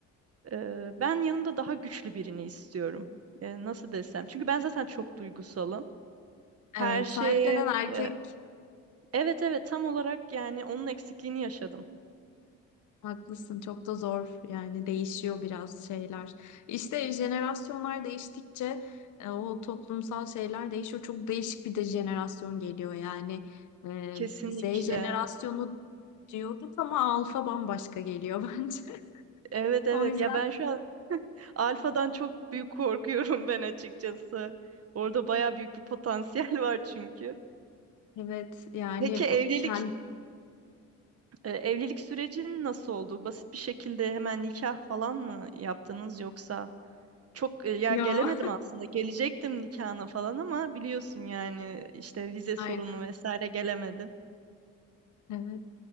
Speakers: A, on the right; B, on the left.
A: Ee, ben yanımda daha güçlü birini istiyorum. Ee, nasıl desem? Çünkü ben zaten çok duygusalım.
B: Evet,
A: Her şeye,
B: sahiplenen erkek
A: e, evet evet tam olarak yani onun eksikliğini yaşadım.
B: Haklısın çok da zor yani değişiyor biraz şeyler. İşte jenerasyonlar değiştikçe e, o toplumsal şeyler değişiyor. Çok değişik bir de jenerasyon geliyor yani. E,
A: Kesinlikle.
B: Z jenerasyonu diyorduk ama alfa bambaşka geliyor <laughs> bence.
A: Evet evet
B: O yüzden
A: ya ben şu an alfadan çok büyük korkuyorum ben açıkçası. Orada baya büyük bir potansiyel <laughs> var çünkü.
B: evet yani
A: Peki evlilik
B: bu- kend-
A: e, evlilik sürecin nasıl oldu? Basit bir şekilde hemen nikah falan mı yaptınız yoksa Çok e, ya
B: ya
A: gelemedim aslında. Gelecektim nikahına falan ama biliyorsun yani işte vize
B: <laughs> aynen
A: sorunu vesaire gelemedim.
B: evet.